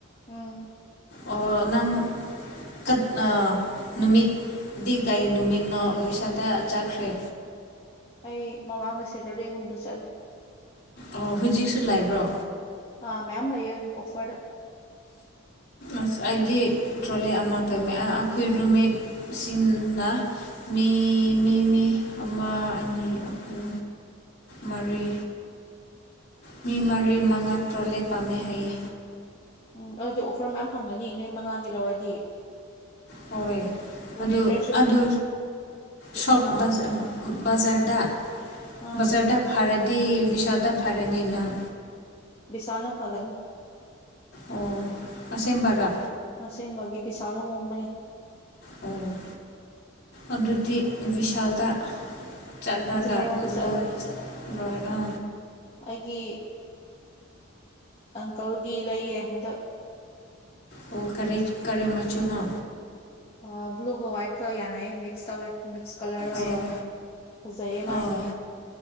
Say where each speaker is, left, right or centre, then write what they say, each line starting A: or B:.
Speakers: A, on the left; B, on the left.
A: ꯎꯝ
B: ꯑꯣ ꯅꯪ ꯀꯠꯅ ꯅꯨꯃꯤꯠ ꯗꯤ ꯀꯩ ꯅꯨꯃꯤꯠꯅꯣ ꯋꯤꯁꯥꯜꯗ ꯆꯠꯈ꯭ꯔꯦ
A: ꯑꯩ ꯃꯃꯥꯡꯗ ꯁꯦꯇꯔꯗꯦꯒꯨꯝꯕꯗ ꯆꯠꯂꯦ
B: ꯑꯣ ꯍꯧꯖꯤꯛꯁꯨ ꯂꯩꯕ꯭ꯔꯣ
A: ꯑꯥ ꯃꯌꯥꯝ ꯂꯩꯌꯦ ꯑꯣꯐꯔꯗ
B: ꯑꯁ ꯑꯩꯗꯤ ꯇ꯭ꯔꯣꯂꯦ ꯑꯃ ꯄꯝꯃꯦ ꯑꯩꯈꯣꯏ ꯔꯨꯝꯃꯦꯠꯁꯤꯡꯅ ꯃꯤ ꯃꯤ ꯃꯤ ꯑꯃ ꯑꯅꯤ ꯑꯍꯨꯝ ꯃꯔꯤ ꯃꯤ ꯃꯔꯤ ꯃꯉꯥ ꯇ꯭ꯔꯣꯜꯂꯤ ꯄꯥꯝꯃꯦ ꯍꯥꯏꯌꯦ
A: ꯎꯝ ꯑꯗꯨꯗꯤ ꯑꯣꯐꯔ ꯃꯌꯥꯝ ꯐꯪꯒꯅꯤ ꯅꯣꯏ ꯃꯉꯥꯒꯤ ꯂꯧꯔꯗꯤ
B: ꯍꯣꯏ
A: ꯋꯤꯟꯇꯔꯁꯨ
B: ꯑꯗꯨ ꯑꯗꯨ ꯁꯣꯞ
A: ꯑꯥ
B: ꯕꯖ ꯕꯖꯥꯔꯗ
A: ꯑꯥ
B: ꯕꯖꯥꯔꯗ ꯐꯔꯗꯤ ꯋꯤꯁꯥꯜꯗ ꯐꯔꯅꯤ ꯅꯪ
A: ꯕꯤꯁꯥꯜꯅ ꯐꯒꯅꯤ
B: ꯑꯣ ꯑꯁꯦꯝ ꯄꯔꯥ
A: ꯑꯁꯦꯡꯕꯒꯤ ꯕꯤꯁꯥꯜꯅ ꯍꯣꯡꯕꯅꯦ
B: ꯑꯣ ꯑꯗꯨꯗꯤ ꯕꯤꯁꯥꯜꯗ ꯆꯠꯂꯒ
A: ꯆꯤꯡꯃꯩꯔꯣꯡꯗ ꯆꯠꯂꯣ
B: ꯂꯣꯏ ꯂꯣꯏ ꯑ
A: ꯑꯩꯒꯤ ꯑꯪꯀꯜꯒꯤ ꯂꯩꯌꯦ ꯍꯟꯗꯛ
B: ꯑꯣ ꯀꯔꯤ ꯀꯔꯤ ꯃꯆꯨꯅꯣ
A: ꯑ ꯕ꯭ꯂꯨꯒ ꯋꯥꯏꯠꯀ ꯌꯥꯅꯌꯦ ꯃꯤꯛꯁ ꯇꯧꯋꯦ ꯃꯤꯛꯁ ꯀꯂꯔ ꯑꯣꯏꯌꯦ
B: ꯑꯣ
A: ꯐꯖꯩꯌꯦ ꯃꯥꯏꯗꯣ
B: ꯑꯣ